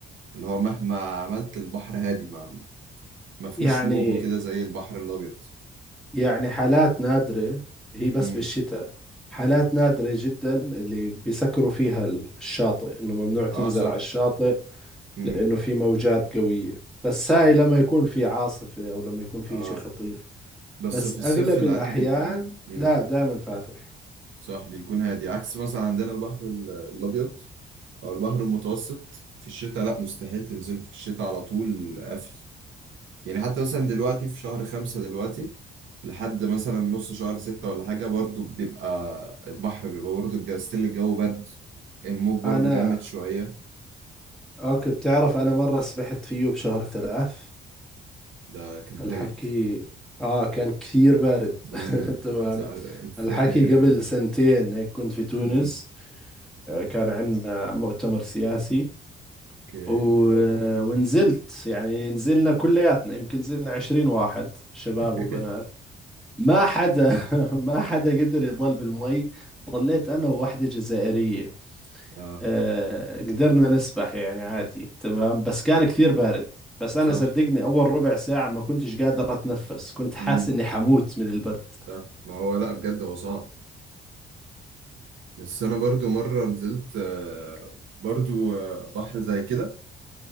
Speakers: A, on the right; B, in the centre.
A: اللي هو مهما عملت البحر هادي ما ما فيهوش
B: يعني
A: موج وكده زي البحر الابيض
B: يعني حالات نادرة هي بس
A: امم
B: بالشتاء حالات نادرة جدا اللي بيسكروا فيها الشاطئ إنه ممنوع تنزل
A: اه صح
B: على الشاطئ
A: امم
B: لأنه في موجات قوية بس
A: صح
B: هاي لما يكون في عاصفة أو لما يكون في
A: اه
B: إشي خطير
A: بس
B: بس
A: في
B: أغلب
A: الصيف العادي
B: الأحيان
A: بيكون امم
B: لا دائما فاتح
A: صح بيكون هادي عكس مثلا عندنا البحر ال- الابيض او البحر المتوسط في الشتاء لا مستحيل تنزله في الشتاء على طول قافل يعني حتى مثلا دلوقتي في شهر خمسة دلوقتي لحد مثلا نص شهر ستة ولا حاجة برضو بيبقى البحر بيبقى برضو الجو ستيل الجو برد الموج برضو
B: أنا
A: جامد شوية
B: اوكي بتعرف انا مرة سبحت فيه بشهر ثلاث
A: ده كان
B: الحكي
A: تلج
B: اه كان كثير بارد
A: امم
B: <laughs> تمام
A: سع-
B: الحكي
A: <laughs> يعني
B: قبل
A: ده
B: سنتين هيك كنت في تونس
A: امم
B: آه، كان عندنا مؤتمر سياسي
A: اوكي
B: و... آه، ونزلت يعني نزلنا كلياتنا يمكن نزلنا عشرين واحد شباب
A: <laughs>
B: وبنات ما حدا <laughs> ما حدا قدر يضل بالمي ضليت انا وواحدة جزائرية
A: اه
B: آه، قدرنا نسبح يعني عادي تمام بس كان كثير بارد بس أنا
A: صح
B: صدقني أول ربع ساعة ما كنتش قادر أتنفس كنت حاسس
A: امم
B: إني حموت من البرد
A: صح ما هو لا بجد هو صعب بس انا برضو مره نزلت آه، برضو آه، بحر زي كده